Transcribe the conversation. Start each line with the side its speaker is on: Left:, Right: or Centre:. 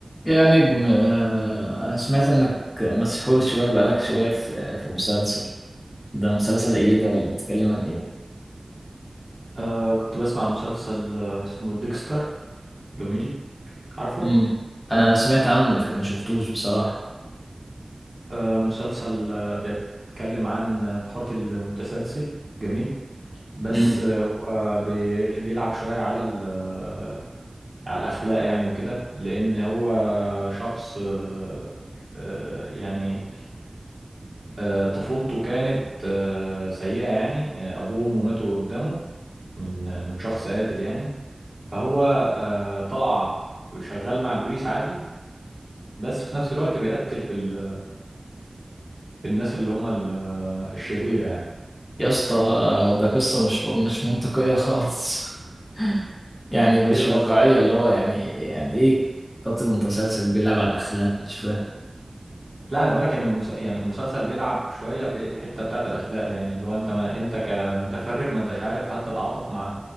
Left: يا نجم آه، أنا سمعت إنك مسحول شوية بقالك شوية في في مسلسل ده مسلسل إيه ده ولا بيتكلم عن إيه؟
Right: آه كنت بسمع مسلسل آه، اسمه ديكستر جميل عارفه
Left: مم. أنا سمعت عنه لكن ما شفتوش بصراحة
Right: آه مسلسل آه بيتكلم عن آه، قاتل متسلسل جميل بس
Left: مم.
Right: آه هو بي بيلعب شوية على ال- آه، على الأخلاق يعني وكده لأن هو شخص آه آه، يعني آه، طفولته كانت آه، سيئة يعني آه، أبوه وأمه ماتوا قدامه من آه، من شخص قاتل يعني فهو آه، طلع شغال مع البوليس عادي بس في نفس الوقت بيقتل في ال في الناس اللي هم ال- الشريرة يعني
Left: يا اسطى ده قصة مش مش منطقية خالص <laughs> يعني
Right: ليه
Left: مش
Right: بس
Left: واقعية اللي هو يعني يعني إيه قاتل متسلسل بيلعب على الأخلاق مش فاهم
Right: لا انا بقولك ان المس... يعني المسلسل بيلعب شوية في الحتة بتاعت الاخلاق يعني اللي هو انت ما انت كمتفرج ما انتش عارف هل تتعاطف مع